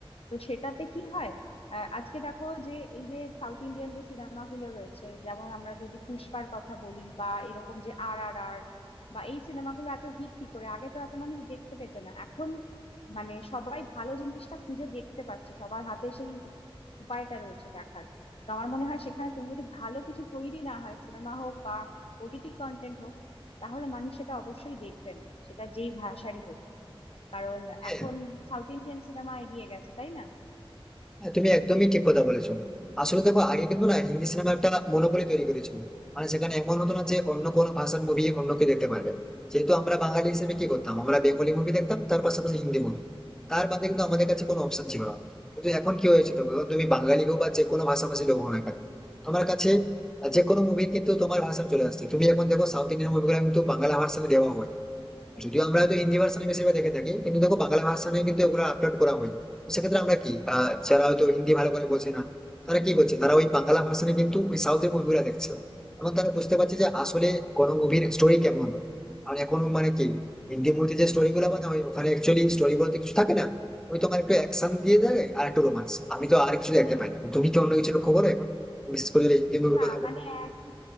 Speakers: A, on the left; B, in the centre.
A: তো সেটাতে কি হয় আহ, আজকে দেখো যে এই যে সাউথ ইন্ডিয়ান যে সিনেমাগুলো রয়েছে যেমন আমরা যদি পুষ্পার কথা বলি বা এরকম যে আর আর আর বা এই সিনেমাগুলো এত হিট কি করে আগে তো এত মানুষ দেখতে পেত না এখন মানে সবাই ভালো জিনিসটা খুঁজে দেখতে পাচ্ছে সবার হাতে সেই উপায়টা রয়েছে দেখার তো আমার মনে হয় সেখানে তুমি যদি ভালো কিছু তৈরি না হয় সিনেমা হোক বা ওটিটি কন্টেন্ট হোক তাহলে মানুষ সেটা অবশ্যই দেখবেন সেটা যেই ভাষারই হোক কারণ
B: হ্যাঁ
A: এখন সাউথ ইন্ডিয়ান সিনেমা এগিয়ে গেছে তাই না
B: হ্যাঁ, তুমি একদমই ঠিক কথা বলেছো আসলে দেখো আগে কিন্তু না হিন্দি সিনেমা একটা মনোপলি তৈরি করেছিল মানে সেখানে এমন হতো না যে অন্য কোনো ভাষার মুভি অন্য কেউ দেখতে পারবে যেহেতু আমরা বাঙালি হিসেবে কি করতাম আমরা বেঙ্গলি মুভি দেখতাম তার পাশাপাশি হিন্দি মুভি তার বাদে কিন্তু আমাদের কাছে কোনো অপশন ছিল না কিন্তু এখন কি হয়েছে তবে তুমি বাঙালি হোক বা যে কোনো ভাষাভাষী লোক হও না কেন তোমার কাছে যে কোনো মুভি কিন্তু তোমার ভাষা চলে আসছে তুমি এখন দেখো সাউথ ইন্ডিয়ান মুভিগুলো কিন্তু বাংলা ভাষাতে দেওয়া হয় যদিও আমরা হয়তো হিন্দি ভার্সানে বেশিরভাগ দেখে থাকি কিন্তু দেখো বাংলা ভার্সানে কিন্তু এগুলো আপলোড করা হয় তো সেক্ষেত্রে আমরা কি আহ,
A: হুম।
B: যারা হয়তো হিন্দি ভালো করে বোঝে না তারা কি করছে তারা ওই বাংলা ভার্সানে কিন্তু ওই সাউথের মুভিগুলো দেখছে এবং তারা বুঝতে পারছে যে আসলে কোনো মুভির স্টোরি কেমন হয় আর এখন মানে কি হিন্দি মুভিতে যে স্টোরি গুলো বানা হয় ওখানে অ্যাকচুয়ালি স্টোরি বলতে কিছু থাকে না ওই তোমার একটু অ্যাকশন দিয়ে দেয় আর একটু রোমান্স আমি তো আর কিছু দেখতে পাই না তুমি কি অন্য কিছু লক্ষ্য করো এখন বিশেষ করে যদি হিন্দি মুভির
A: না
B: কথা বলি
A: মানে একই